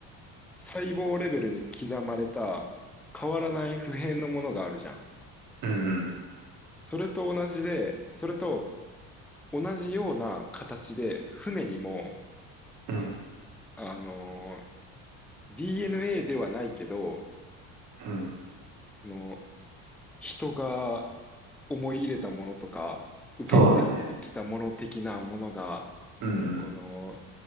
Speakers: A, in the centre; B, on the right (about 50°).
A: 細胞レベルに刻まれた変わらない普遍のものがあるじゃん。
B: ーうん、うん、
A: それと同じで、それと同じような形で船にも、
B: うん、
A: あのー DNA ではないけど、
B: うん。
A: この人が思い入れたものとか、受け継いできたもの的なものが、
B: そうだね。うん、
A: この